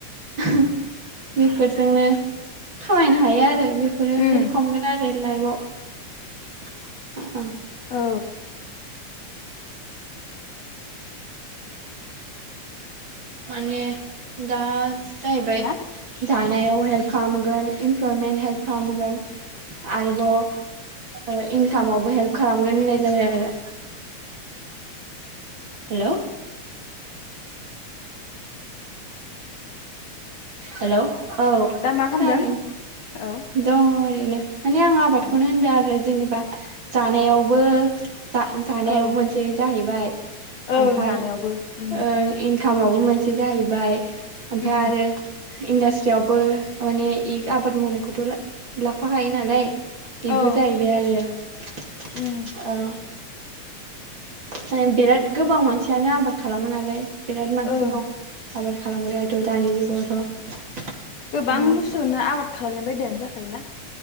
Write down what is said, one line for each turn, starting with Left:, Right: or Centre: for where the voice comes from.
Right: बेफोरजोंनो खामायनो हायो आरो बेफोरो
Left: उम
Right: हेल्प खामगोन आरो लाइफआव ओं।
Left: औ
Right: माने दा जाहैबाय
Left: ना
Right: दानायाव हेल्प खालामगोन इमप्लयमेन्ट हेल्प खालामगोन आरोबाव इनकामावबो हेल्प खालामगोन होननाय जाबाय आरो। हेलौ? हेलौ? औ
Left: दा मा खालामदों
Right: खोनादों,
Left: औ
Right: दङ ओरै नो। माने आं आबादखौनो
Left: अ
Right: होनदो आरो जेनेब बा जानायावबो जा-जानायावबो
Left: औ
Right: मोनसे जाहैबाय।
Left: ओं
Right: ओमफाय
Left: जानायावबो उम
Right: ओं इन खामावबो मोनसे जाहैबाय। ओमफाय
Left: उम
Right: आरो इन्डास्ट्रियावबो माने
Left: उम
Right: इ आबाद मावनायखौथ' लाफाखायो नालाय, इबो
Left: औ
Right: जाहैबाय आरो।
Left: उम
Right: औ। माने बेराद गोबां मानसियानो आबाद खालामो नालाय। बिराद मानसि
Left: ओं
Right: दं आबाद खालामग्रायाथ' दानि जुगावथ'। ओं
Left: गोबां बुस्थुनो आबाद खालामनाय बायदियानो जाखायोना।